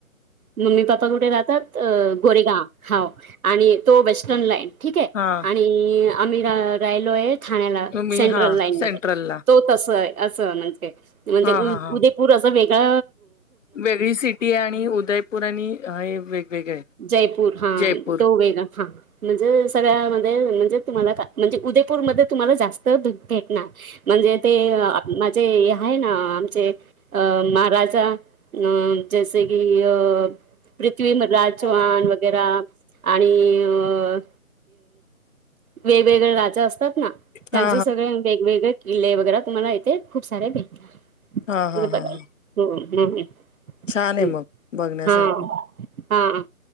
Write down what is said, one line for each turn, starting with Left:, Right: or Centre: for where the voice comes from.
Right: मम्मी, पप्पा कुठे राहतात गोरेगाव हा आणि तो वेस्टर्न लाईड ठीक आहे.
Left: हा
Right: आणि आम्ही रा राहिलोय ठाण्याला
Left: तुम्ही
Right: सेंट्रल
Left: हा
Right: लाईन
Left: सेंट्रलला
Right: म तो असं म्हणजे म्हणजे
Left: हा हा हा
Right: उदयपूर असं वेगळा
Left: वेगळी सिटी आहे आणि उदयपूर आणि हे वेगवेगळे आहे.
Right: जयपूर हा
Left: जयपूर
Right: तो वेग हा म्हणजे सगळ्यामध्ये म्हणजे तुम्हाला का म्हणजे उदयपूरमध्येध्ये तुम्हाला जास्त दूध भेटणार. म्हणजे ते माझे आहे ना आमचे अ महाराजा अ जैसे की अ पृथ्वी म राज चौवाण
Left: हा
Right: वगैरा आणि अ वेगवेगळे राजा असतात ना त्यांच
Left: हा
Right: सगळे वेगवेगळे किल्ले वगैरे तुम्हाला इथे खूप सारे भेटात
Left: हा हा
Right: बघा.
Left: हा हा
Right: हम्म हम्म
Left: छान आहे
Right: हम्
Left: मग बघण्यासारखं
Right: हा हा